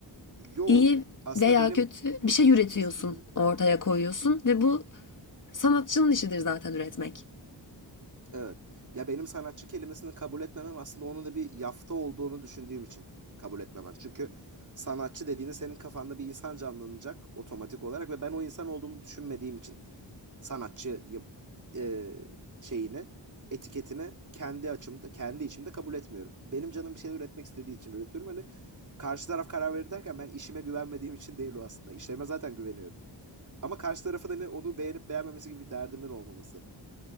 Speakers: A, on the right (about 45°); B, on the left (about 45°).
A: Yo.
B: iyi
A: Aslında
B: veya
A: benim
B: kötü
A: dur.
B: bir şey üretiyorsun,
A: Neyse dinleyeyim.
B: ortaya koyuyorsun ve bu sanatçının işidir zaten üretmek.
A: Evet. Ya benim sanatçı kelimesini kabul etmemem aslında onun da bir yafta olduğunu düşündüğüm için kabul etmemem. Çünkü sanatçı dediğinde senin kafanda bir insan canlanacak otomatik olarak ve ben o insan olduğumu düşünmediğim için sanatçıyım e, şeyini, etiketini kendi açımda, kendi içimde kabul etmiyorum. Benim canım bir şey üretmek istediği için üretiyorum. Hani karşı taraf karar verir derken ben işime güvenmediğim için değil o aslında. İşlerime zaten güveniyorum. Ama karşı tarafı da ne onu beğenip beğenmemesi gibi bir derdimin olmaması.